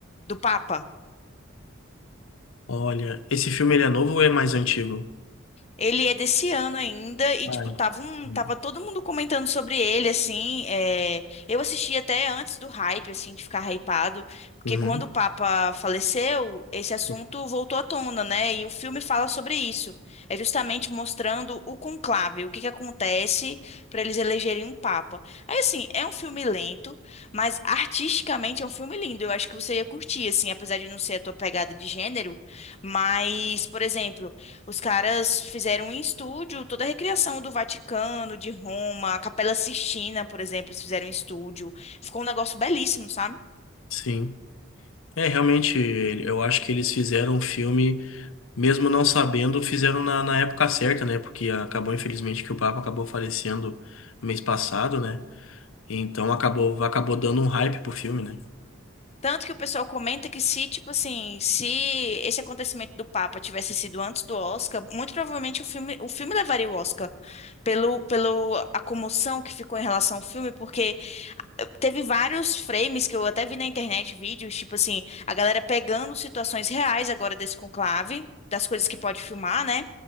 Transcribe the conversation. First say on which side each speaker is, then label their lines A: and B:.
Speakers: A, on the left; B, on the left.
A: do Papa.
B: Olha, esse filme ele é novo ou é mais antigo?
A: Ele é desse ano ainda e,
B: Ai,
A: tipo, tava, um,
B: hum,
A: tava todo mundo comentando sobre ele, assim. é, Eu assisti até antes do hype, assim, de ficar hypado, porque
B: Uhum.
A: quando o Papa faleceu, esse assunto
B: sim.
A: voltou à tona, né? E o filme fala sobre isso. É justamente mostrando o conclave, o que que acontece para eles elegerem um Papa. Aí, assim, é um filme lento, mas artisticamente é um filme lindo. Eu acho que você ia curtir, assim, apesar de não ser a tua pegada de gênero. Mas, por exemplo, os caras fizeram em estúdio toda a recriação do Vaticano, de Roma, a Capela Sistina, por exemplo, eles fizeram em estúdio. Ficou um negócio belíssimo, sabe?
B: Sim. É, realmente, ele- eu acho que eles fizeram um filme. mesmo não sabendo, fizeram na, na época certa, né? Porque acabou, infelizmente, que o Papa acabou falecendo no mês passado, né? Então acabou, acabou dando um hype pro filme, né?
A: Tanto que o pessoal comenta que se, tipo assim, se esse acontecimento do Papa tivesse sido antes do Oscar, muito provavelmente o filme, o filme levaria o Oscar pelo, pelo a comoção que ficou em relação ao filme, porque Teve vários frames que eu até vi na internet, vídeos, tipo assim, a galera pegando situações reais agora desse conclave, das coisas que pode filmar, né?